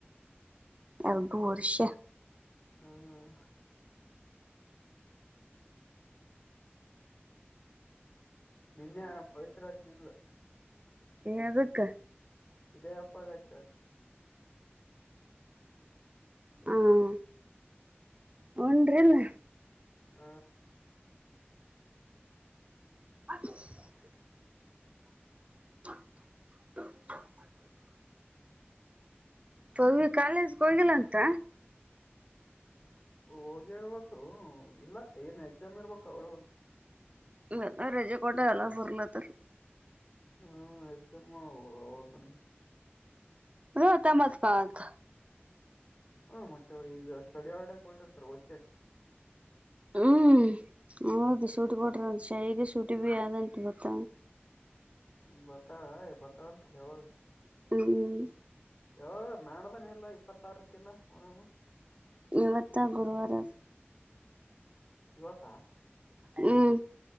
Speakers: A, on the right; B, on the left.
A: ಅ ಬುರ್ಷ
B: ಹ್ಮ್. ನಿನ್ನೆ ಪವಿತ್ರ ಹಚ್ಚಿದ್ಲು.
A: ಎದಕ್ಕ.
B: ಇದೇ ಅಪ್ಪಾಗ ಚದ್
A: ಹಾ ಉಡ್ರೀಲ್.
B: ಹಾ.
A: <inaudible> <inaudible> ಪವಿ ಕಾಲೇಜ್ಗೆ ಹೋಗಿಲ್ಲ ಅಂತ.
B: ಹೋಗಿರ್ಬೇಕು. ಇಲ್ಲ ಏನ್ ಎಕ್ಸಾಮ್ ಇರ್ಬೇಕು ಅವಳುನು.
A: ನಲ್ಲ ರಜೆ ಕೋಟೆ ಅಲ್ಲ ಬರ್ಲತರಾ.
B: ಹ್ಮ ಎಕ್ಸಾಮ್ ಹದು
A: <unintelligible>
B: ಹ್ಮ ಮ ಈಗ ಸ್ಟಡಿ ಹಾಲಿಡೇ ಕೊಟ್ಟಿತ್ತರ ಓದಕ್ಕಕ.
A: ಹ್ಮ್ ಹೌದು ಸೂಟಿ ಕೊಟ್ರರಂತ್ ಶಿಗಿ ಸೂಟಿ ಭೀ ಆದಂತ ಗೊತ್ತ
B: ಹ್ಮ ಬರ್ತಾಳ ಬರ್ತ ಆದತ್ಲ ಯಾವಾಗ.
A: ಹ್ಮ.
B: ಯಾವಾಗ ನಾಡ್ದಾನ ಎಲ್ಲ ಇಪ್ಪತ್ತಾರಕಲ್ಲ ಮೊರಂ.
A: ಇವತ್ತ ಗುರುವಾರ ಆದ.
B: ಇವತ್ತಾ,
A: ಹ್ಮ್.